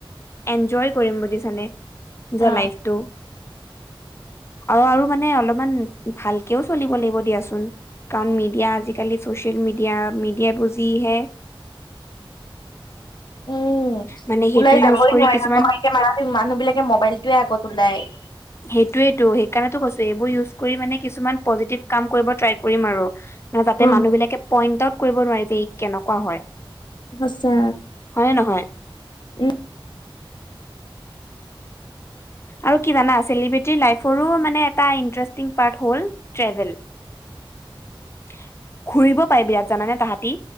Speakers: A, on the left; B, on the left.
A: এনজয় কৰিম বুজিছানে নিজৰ
B: অ
A: লাইফটো অ আৰু মানে অলপমান ভালকেও চলিব লাগিব দিয়াচোন কাৰণ মিডিয়া আজিকালি চচিয়েল মিডিয়া -মিডিয়াটো যি হে
B: উম
A: মানে সেইটো
B: ওলাই যাবই
A: ইউজ কৰি
B: নোৱাৰি
A: কিছুমান
B: ক মানুহ বিলাকে মোবাইলটোৱে আগত ওলাই।
A: সেইটোয়েটো সেইকাৰণেটো কৈছো এইবোৰ ইউজ কৰি মানে কিছুমান পজিটিভ কাম কৰিব ট্ৰাই কৰিম আৰু। যাতে
B: উম
A: মানুহবিলাকে পইণ্ট আউট কৰিব নোৱাৰে যে ই কেনেকুৱা হয়।
B: আচ্ছা
A: হয় নে নহয়।
B: উম।
A: আৰু কি জানা চেলিব্ৰেটিৰ লাইফৰো মানে এটা ইণ্টাৰেষ্টিং পাৰ্ট হ'ল ট্ৰেভেল - ঘুৰিব পাৰে বিৰাট জানানে তাহাঁতি